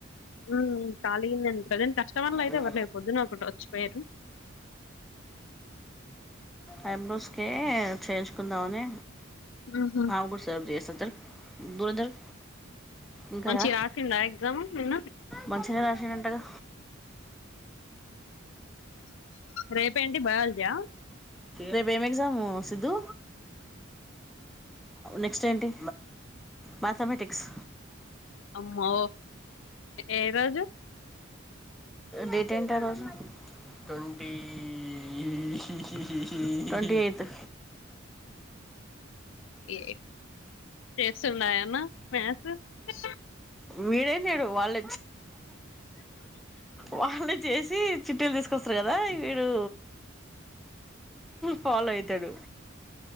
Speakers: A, on the left; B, in the centre.
A: మ్మ్ ఖాళీగున్నాను ప్రజెంట్ కస్టమర్లు అయితే
B: ఉహ్
A: ఎవరు లేరు పొద్దున ఒకటి వచ్చిపోయారు
B: ఆయమ్మ తే చేయించుకుందామని.
A: మ్మ్
B: ఆవ్ గుసాబ్ జేస్ బురధల్ ఇంకా
A: మంచిగ
B: రా.
A: రాసిండా ఎగ్జామ్ నిన్న
B: మంచిగానే రాసిండ టగా.
A: రేపు ఏంటి బయాలజీ ఆ
B: రేపు ఏము ఎగ్జామ్ సిద్దు నెక్ట్ ఏంటి మ్యాథమెటిక్స్
A: అమ్మో ఏరోజు
B: డేట్ ఏంటి ఆ రోజు ట్వంటీఐతూ
A: ఏ చేస్తుండా ఏమన్నా మ్యాస్ సు
B: వీడేం చేడు వాళ్ళ వాళ్ళు చేసి చిట్టులు తీసుకొస్తారు కదా వీడు ఫాలో అవుతాడు